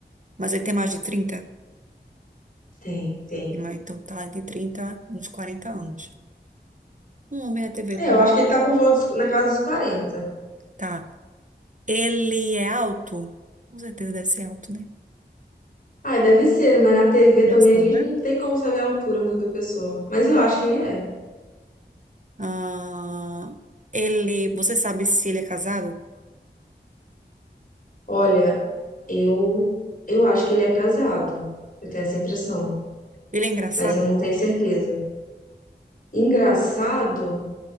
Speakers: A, on the right; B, on the left.
A: Mas ele tem mais de trinta,
B: Tem, tem.
A: Mas Então tá, de 30 uns 40 anos. Um homem da TV
B: É,
A: com...
B: eu acho que ele tá por volta dos- na casa dos 40.
A: Tá. Ele é alto? Com certeza deve ser alto, né?
B: Ah, deve ser, mas na TV
A: Impressão,
B: também a gente
A: né?
B: não tem como saber a altura muito da pessoa. Mas eu acho que ele é.
A: Ah, ele, você sabe se ele é casado?
B: Olha, eu eu acho que ele é casado. Eu tenho essa impressão.
A: Ele é engraçado?
B: mas eu não tenho certeza. Engraçado?